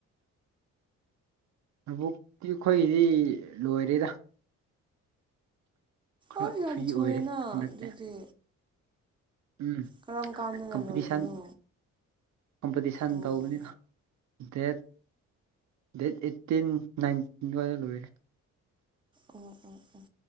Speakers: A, on the right; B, on the right.
A: ꯂꯧꯕꯨꯛꯇꯤ ꯑꯩꯈꯣꯏꯒꯤꯗꯤ ꯂꯣꯏꯔꯦꯗ ꯈꯔ
B: ꯑ ꯌꯥꯝ
A: ꯐ꯭ꯔꯤ
B: ꯊꯨꯑꯦꯅ
A: ꯑꯣꯏꯔꯦ ꯍꯟꯗꯛꯇꯤ
B: ꯑꯗꯨꯗꯤ
A: ꯎꯝ
B: ꯀꯔꯝ ꯀꯥꯟꯗꯅ
A: ꯀꯝꯄꯤꯇꯤꯁꯟ
B: ꯂꯣꯏꯕꯅꯣ
A: ꯀꯝꯄꯤꯇꯤꯁꯟ
B: ꯑꯣ
A: ꯇꯧꯕꯅꯤꯅ ꯗꯦꯠ ꯗꯦꯠ ꯑꯦꯠꯇꯤꯟ ꯅꯥꯏꯟ ꯑꯗꯨꯋꯥꯏꯗ ꯂꯣꯏꯔꯦ
B: ꯑꯣ ꯑꯣ ꯑꯣ